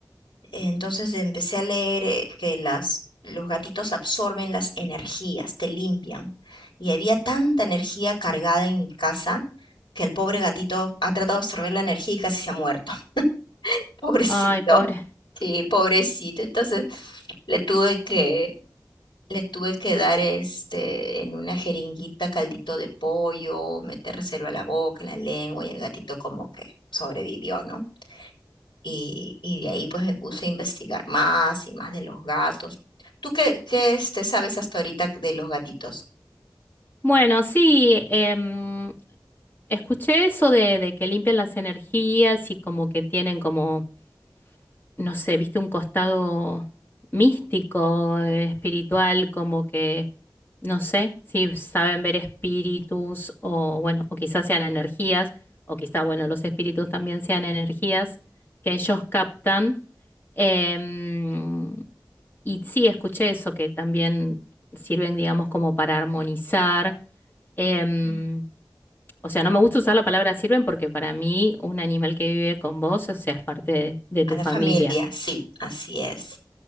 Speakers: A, on the left (about 80°); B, on the left (about 25°).
A: Entonces empecé a leer eh, que las, los gatitos absorben las energías, te limpian. Y había tanta energía cargada en mi casa que el pobre gatito ha tratado de absorber la energía y casi se ha muerto. <laughs> Pobrecito.
B: Ay, pobre.
A: Sí, pobrecito. Entonces le tuve que, le tuve que dar este en una jeringuita caldito de pollo, metérselo a la boca, en la lengua, y el gatito como que sobrevivió, ¿no? Y, y de ahí pues me puse a investigar más y más de los gatos. ¿Tú qué, qué este, sabes hasta ahorita de los gatitos?
B: Bueno, sí, em, escuché eso de, de que limpian las energías y como que tienen como no sé, viste un costado místico, eh, espiritual, como que, no sé, si saben ver espíritus o, bueno, o quizás sean energías, o quizás, bueno, los espíritus también sean energías que ellos captan. Em, y sí, escuché eso, que también sirven, digamos, como para armonizar. Em,
A: Mm.
B: o sea, no me gusta usar la palabra sirven porque para mí un animal que vive con vos, o sea, es parte de de tu
A: A la
B: familia.
A: familia, sí, así es.